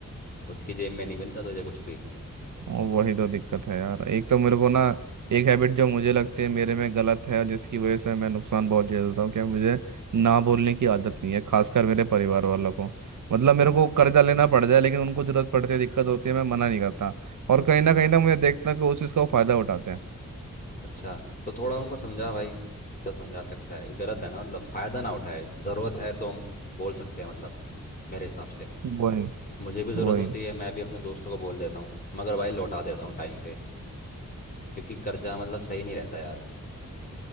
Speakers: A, on the left (about 30°); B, on the right (about 80°).
A: खुद की जेब में नहीं मिलता तुझे कुछ भी
B: और वही तो दिक्कत है यार एक तो मेरे को ना एक हैबिट जो मुझे लगती है मेरे में गलत है जिसकी वजह से मैं नुकसान बहुत झेलता हूँ क्या मुझे ना बोलने की आदत नहीं है खासकर मेरे परिवार वालों को मतलब
A: अच्छा
B: मेरे को कर्जा लेना पड़ जाए लेकिन उनको जरूरत पड़ती है दिक्कत होती है मैं मना नहीं करता और
A: अच्छा
B: कहीं ना कहीं ना मुझे देखता है कि उस चीज़ का वो फायदा उठाते हैं
A: अच्छा तो थोड़ा उनको समझा भाई जितना समझा सकता है ये गलत है ना मतलब फ़ायदा ना उठाए ज़रूरत है तो हम बोल सकते हैं मतलब मेरे हिसाब से
B: वही
A: मुझे भी ज़रूरत
B: वही
A: होती है मैं भी अपने दोस्तों को बोल देता हूँ मगर भाई लौटा देता हूँ टाइम पे क्योंकि कर्जा मतलब सही नहीं रहता यार